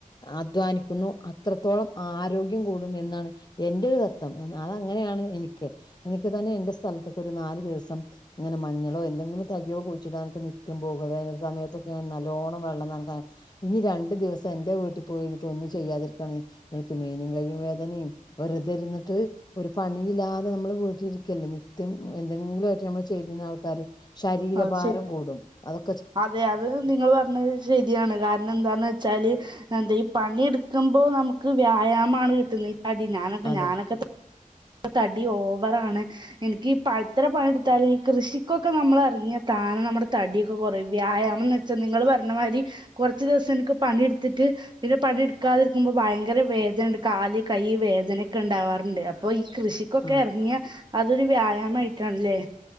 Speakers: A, on the left; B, on the right.
A: അധ്വാനിക്കുന്നു അത്രത്തോളം ആരോഗ്യം കൂടും മെന്നാണ് എന്റെ ഒരു തത്വം അതങ്ങനെയാണ് എനിക്ക് എനിക്ക് തന്നെ എന്റെ സ്ഥൽത്ത്ക്ക് ഒരു നാല് ദിവസം ഇങ്ങനെ മഞ്ഞളോ എന്തെങ്കിലും തയ്യോ കുഴിച്ചിടാനൊക്കെ നിത്ത്യം പോക വേനൽ സമയത്തൊക്കെ ഞൻ നല്ലോണ്ണം വെള്ളം നൻക്കാൻ ഇനി രണ്ടു ദിവസം എന്റെ വീട്ടിൽ പോയിട ഒന്നും ചെയ്യാതിരിക്കാണ് എനിക്ക് മേനിയും കയും വേദനെം വെറുതെ ഇരുന്നിട്ട് ഒരു പണിയില്ലാതെ നമ്മള് വീട്ടിലിരിക്കല്ലെ നിത്യം എന്തെങ്കിലു ആയിട്ട് നമ്മൾ ചെയ്തിരുന്ന ആൾക്കാര് ശരീരഭാരം
B: അത് ശരി
A: കൂടും അതൊക്
B: അതെ അത് നിങ്ങള് പറഞ്ഞത് ശരിയാണ് കാരണം എന്താന്ന് വെച്ചാല് എന്താ ഈ പണി ഇട്ക്കുമ്പോ നമുക്ക് വ്യായാമാണ് കിട്ടുന്ന അടി ഞാനൊക്കെ
A: അതെ
B: ഞാനൊക്കെ തടി ഓവറാണ് എൻക്കി പത്ര പണിയെടുത്താല് ഈ കൃഷിക്കൊക്കെ നമ്മൾ എറങ്ങിയാൽ താന നമ്മുടെ തട്യക്കെ കൊറയും വ്യായാമം എന്ന് വെച്ചാ നിങ്ങള് പറഞ്ഞ മാതിരി കൊറച്ച് ദിവസം എനിക്ക് പണിെട്ത്തിട്ട് പിന്നെ പണിെടുക്കാതിരിക്കുമ്പോ ഭയങ്കര വേദനുണ്ട് കാല് കൈ വേദനൊക്കെ ഉണ്ടാവാറുണ്ട് അപ്പൊ ഇ കൃഷിക്കൊക്കെ
A: ആ
B: എറങ്ങിയ അതൊരു വ്യായാമായിട്ടാണ്ല്ലേ